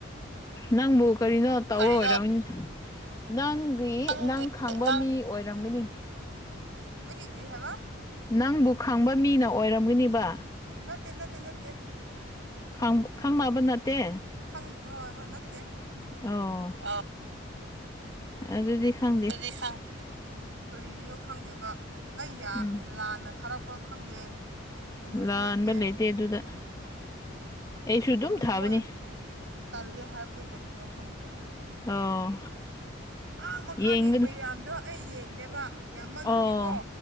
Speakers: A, on the left (about 15°); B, on the right (about 65°).
A: ꯅꯪꯕꯨ ꯀꯔꯤꯅꯣꯠ ꯇꯧꯕ
B: ꯀꯔꯤꯅꯣ
A: ꯑꯣꯏꯔꯝꯃꯅꯤ ꯅꯪꯒꯤ
B: ꯅꯪꯒꯤ
A: ꯅꯪ ꯈꯪꯕ
B: ꯅꯪ
A: ꯃꯤ ꯑꯣꯏꯔꯝꯒꯅꯤ
B: ꯑꯩꯒꯤ ꯀ꯭ꯔꯤ ꯍꯥꯏꯕ
A: ꯅꯪꯕꯨ ꯈꯪꯕ ꯃꯤꯅ ꯑꯣꯏꯔꯝꯒꯅꯤꯕ
B: ꯅꯠꯇꯦ ꯅꯠꯇꯦ ꯅꯠꯇꯦ
A: ꯈꯪ ꯈꯪꯅꯕ ꯅꯠꯇꯦ
B: ꯈꯪ ꯍꯣꯏ ꯍꯣꯏ ꯅꯠꯇꯦ
A: ꯑꯣ
B: ꯑꯣ
A: ꯑꯗꯨꯗꯤ ꯈꯪꯗꯦ
B: ꯇꯨꯗꯤ ꯁꯪ ꯀꯔꯤꯒꯤꯅꯣ ꯈꯪꯗꯦꯕ ꯑꯩ ꯌꯥ
A: ꯎꯝ
B: ꯂꯥꯟꯅ ꯊꯥꯔꯛ ꯄ ꯈꯪꯗꯦ ꯑꯗꯨꯁꯨ
A: ꯂꯥꯟꯕ
B: ꯅꯠꯇꯦ
A: ꯂꯩꯇꯦ ꯑꯗꯨꯗ ꯑꯩꯁꯨ ꯑꯗꯨꯝ
B: ꯀꯔꯤꯅꯣ
A: ꯊꯥꯕꯅꯤ
B: ꯃꯣꯏꯅ ꯇꯜꯂꯦ ꯍꯥꯏꯕꯗꯣ ꯀꯔꯤꯅꯣ ꯈꯪꯗꯦ
A: ꯑꯣ
B: ꯑꯥ ꯃꯈꯥꯒꯤ
A: ꯌꯦꯡꯒꯅꯨ
B: ꯃꯌꯥꯝꯗꯣ ꯑꯩ ꯌꯦꯡꯗꯦꯕ ꯌꯥꯝꯃꯟꯕꯒꯤꯀꯣ
A: ꯑꯣ